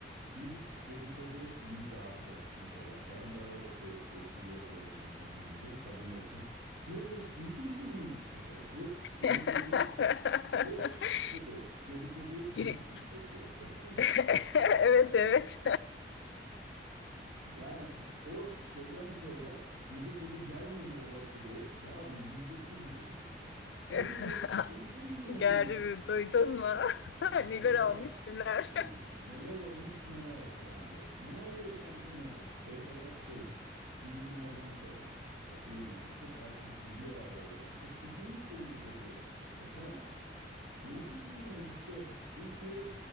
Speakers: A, on the right; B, on the left.
A: bir dedikodu nidası mesela <laughs> tamam ben o şey espri yapıyorum böyle kendimce kadınlar için. Kız duydun mu mesela bu dedikodu
B: <laughs>
A: bu şeydi dedikoduya giriş
B: Giri-
A: cümlesi. <laughs>
B: <laughs> Evet evet.
A: Yani o şeyden sonra dedikodu gelmeme olasılığı tamam mı yüzde bir bile değil yani. Kız
B: <laughs>
A: duydun
B: <laughs>
A: mu?
B: Gerri duydun mu? <laughs> Neler
A: Uzatarak
B: olmuş neler.
A: "He, neler olmuş neler falan böyle. Neler yaşandı neler. Mesela şey düğünlerden sonra mesela düğün olmuştur. Ertesi gün bir araya gelecektir. Kesinlikle dedikodu yapılacak. Kaçamazsın. Gördün mü işte biz diyor